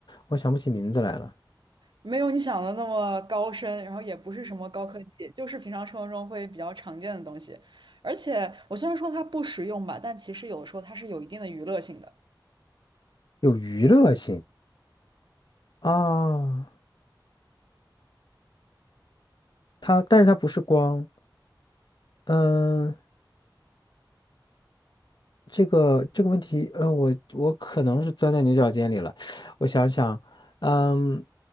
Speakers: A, on the left (about 70°); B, on the right (about 75°).
A: 我想不起名字来了。
B: 没有你想的那么高深，然后也不是什么高科技，就是平常生活中会比较常见的东西。而且我虽然说它不实用吧，但其实有的时候它是有一定的娱乐性的。
A: 有娱乐性啊，它，但是它不是光，嗯。这个这个问题，呃，我我可能是钻在牛角尖里了。<sucks teeth> 我想想，嗯，